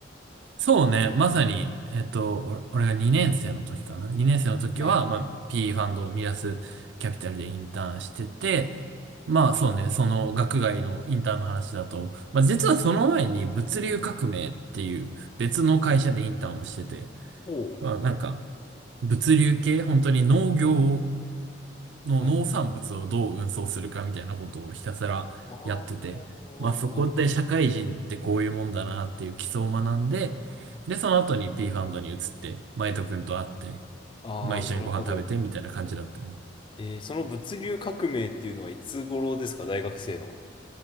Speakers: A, on the right; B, on the left.
A: そうね、まさに、えっと、俺俺が2年生の時かな。2年生の時は、
B: はい。
A: まあ、P ファンドをミラスキャピタルでインターンしてて、まあそうね、その学外のインターンの話だと、まあ実はその前に物流革命っていう別の会社でインターンをしてて、
B: おお。
A: まあなんか物流系、本当に農業の農産物をどう運送するかみたいなことをひたすらやってて、
B: はい。はい。ああ、
A: まあそこで社会人ってこういうもんだなっていう基礎を学んで、
B: なる
A: で、その後に P ファンドに移って、マイト君と会って、
B: ああ、
A: まあ一緒にご飯食べてみたいな感じだったね。
B: なるほど。えー、その物流革命っていうのはいつ頃ですか大学生の